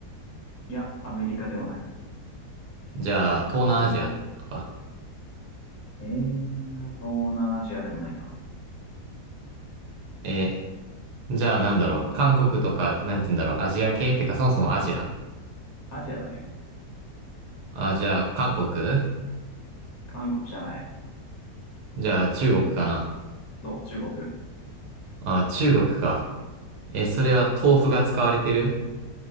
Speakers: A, on the left; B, on the right.
A: いや、アメリカでもない。
B: じゃあ、東南アジアとか。
A: えー、あと、東南アジアでもないかな。
B: えー、じゃあ、なんだろう。韓国とか、なんて言うんだろう。アジア系ってか、そもそもアジア
A: アジアだね。
B: あ、じゃあ、韓国
A: 韓国じゃない。
B: じゃあ、中国かな
A: そう、中国。
B: あ、中国か。えそれは豆腐が使われてる
A: うん。